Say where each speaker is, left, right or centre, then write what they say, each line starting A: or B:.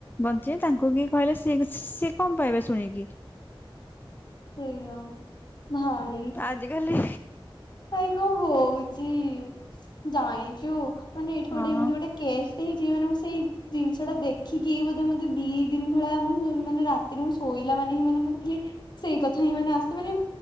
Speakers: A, on the left; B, on the left.
A: ବଞ୍ଚିବେ, ତାଙ୍କୁ କିଏ କହିଲେ ସି ସିଏ କଣ ପାଇବେ ଶୁଣିକି।
B: ସେଇଆ, ଭାଇ।
A: ଆଜି କାଲି
B: ଭାଇ କଣ ହଉଛି, ଜାଣିଛୁ ମାନେ ଏଇଠୁ ଗୋଟେ
A: ହଁ
B: ଏମିତି ଗୋଟେ କେସଟେ ହେଇଛି ମାନେ ମୁଁ ସେଇ ଜିନିଷ ଟା ଦେଖିକି ବୋଧେ ମତେ ଦି ଦିନ ଭଳିଆ ମୁଁ ମାନେ ରାତିରେ ମୁଁ ଶୋଇଲା ମାନେ ହିଁ ମାନେ ମତେ ଖାଲି ସେଇ କଥା ହିଁ ମାନେ ଆସେ ମାନେ